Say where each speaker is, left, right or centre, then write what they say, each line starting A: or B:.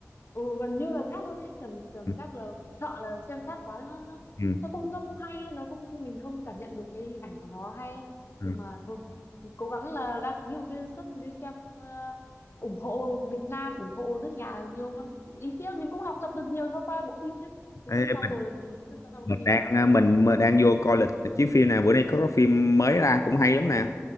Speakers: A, on the left; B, on the left.
A: ừ, gần như là sát luôn đấy, cảm cảm
B: ừ,
A: giác là sợ là xem sát quá nó nó
B: ừ,
A: nó không nó không hay ấy, nó không mình không cảm nhận được cái hình ảnh của nó hay ấy.
B: ừ.
A: Nhưng mà thôi, cố gắng là đăng ký một cái suất đi xem ờ, ủng hộ Việt Nam, ủng hộ nước nhà nhiều mà. Ý nghĩa mình cũng học tập được nhiều thông qua bộ phim chứ mình
B: Thế
A: cũng trau
B: mình,
A: dồi được nhiều kiến thức qua bộ
B: mình
A: phim
B: đang à, mình, mình đang vô coi lịch chiếu phim nào bữa nay có cái phim mới ra cũng hay lắm nè.